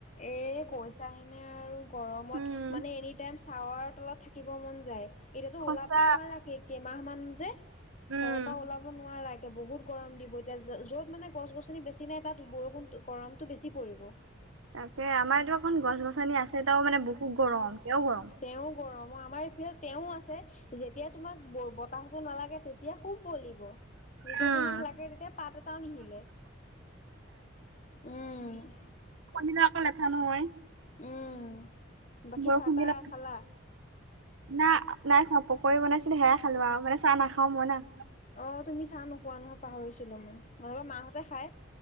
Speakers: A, on the left; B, on the right.
A: এ কৈছাহিনে আৰু গৰমত
B: উম।
A: মানে এনিটাইম চাৱাৰ তলত থাকিব মন যায় এতিয়াাতো
B: সঁচা
A: ওলাব নোৱাৰাকেই কেইমাহ মান যে
B: উম,
A: ঘৰৰ পৰা ওলাব নোৱাৰা এয়া বহুত গৰম দিব এতিয়া যত মানে গছ গছনি বেছি নাই তাত বৰষুণ গৰমতটো বেছি পৰিব
B: তাকে আমাৰ এইা এখন গছ গছনি আছে এ তাও মানে বহুত গৰম এতিয়াও গৰম।
A: তেওঁ কৰম মই আমাৰ এইফিলে তেওঁ আছে যেতিয়া তোমাক বতাহতো নালাগে তেতিয়া খুব বলিব যেতিয়া
B: উম,
A: তোমাক লাগে তেতিয়া পাত এটাও নিশিলে উম
B: কনে নো আক লেথা নহয়।
A: উম। বাকী
B: বৰষুণ
A: চাহ তাহ
B: দিলে
A: খালা
B: না নাই খোৱা মই পকৰী বনাইছিলো সেয়াই খালো আৰু মানে চাহ নাখাওঁ মই না
A: অ তুমি চাহ নোখোৱা নহয় পাহৰিছিলো মই হলেও মাসতে খাই